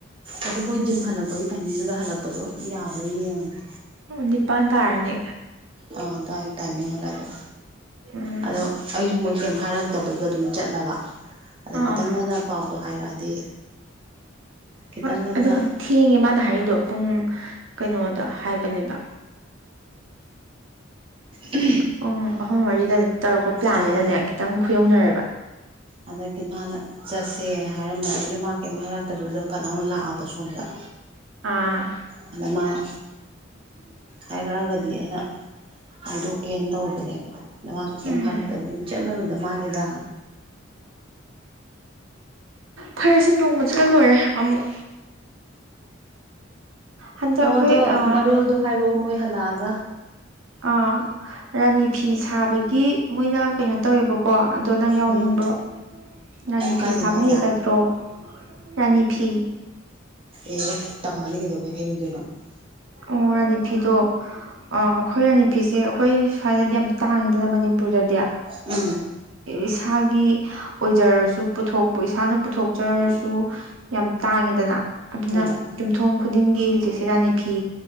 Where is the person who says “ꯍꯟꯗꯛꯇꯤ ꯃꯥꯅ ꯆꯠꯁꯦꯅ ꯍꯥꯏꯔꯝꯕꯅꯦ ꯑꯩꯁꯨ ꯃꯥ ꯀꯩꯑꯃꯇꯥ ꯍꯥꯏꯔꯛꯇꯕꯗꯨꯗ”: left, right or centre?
Right